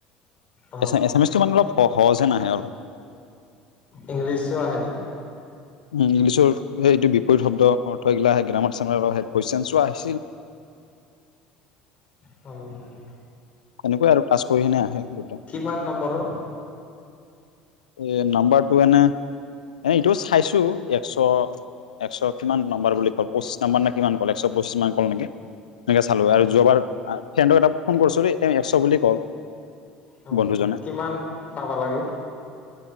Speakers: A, on the left; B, on the left.
A: অ
B: এচ এছামিচটো মানে অলপ, অ' সহজে নাহে অলপ।
A: ইংলিছো আহে নেকি?
B: উম, ইংলিছৰ সেই এইটো বিপৰীত শব্দ অৰ্থ এইগিলা আহে গ্ৰামাৰ চামাৰ আহে, ভইচেঞ্চচো আহিছিল।
A: হয়।
B: তেনেকই আৰু পাছ কৰি কেনে আহে গোটেই।
A: কিমান নম্বৰৰ।
B: এই নাম্বাৰটো এনে এনে এইটো চাইছোঁ একশ, একশ কিমান নম্বাৰ বুলি ক'লে, পঁচিশ নাম্বাৰ নে কিমান ক'লে একশ পঁচিশ মান ক'লে নেকি? এনেকে চালোঁ
A: অ',
B: আৰু যোৱাবাৰ ফ্ৰেণ্ডক এটা ফোন কৰিছোঁ, তেওঁ একশ বুলি কল।
A: উম,
B: বন্ধুজনে
A: কিমান পাবা লাগে?